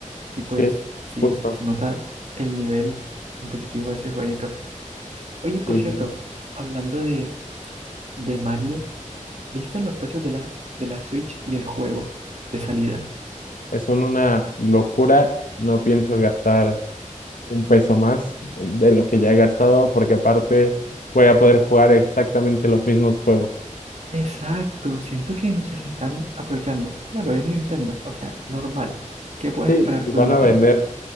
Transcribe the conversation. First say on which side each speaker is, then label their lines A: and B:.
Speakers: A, on the right (about 55°); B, on the left (about 85°).
A: Y pues
B: sí,
A: sí,
B: justo.
A: se nota el nivel competitivo de ese jueguito. Oye, por
B: Sí,
A: cierto,
B: sí.
A: hablando de, de Mario, ¿viste los precios de la, de la Switch y el juego de salida?
B: Es Son una locura. No pienso gastar un peso más de lo que ya he gastado, porque aparte voy a poder jugar exactamente los mismos juegos.
A: Exacto, siento que no sé, se están aprovechando. Claro, es Nintendo, o sea, normal. ¿Qué puedes
B: Sí,
A: esperar
B: y
A: tú
B: van
A: de Nintendo?
B: a vender